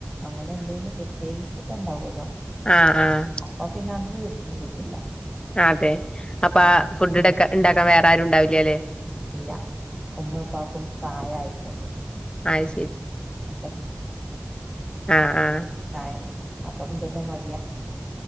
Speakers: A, in the centre; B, on the left.
A: അങ്ങനെ എന്തേലും പ്രത്യേകി ചിക്കൻ ഉണ്ടാവുമല്ലോ
B: ആ ആ
A: അപ്പൊ പിന്നെ അന്ന് വീട്ടിന്ന് ഫുഡില്ല
B: ആ അതെ അപ്പൊ
A: ഉം
B: ഫുഡ്ക്ക ഉണ്ടാക്കാൻ വേറെ ആരും ഉണ്ടാവില്ല ല്ലേ
A: ഇല്ല ഉമ്മപ്പാക്കും പ്രായയിട്ടുണ്ട്
B: അത്
A: നല്ല
B: ആ ആ
A: പ്രായം ഉണ്ട് അപ്പം പിന്നെ മടിയ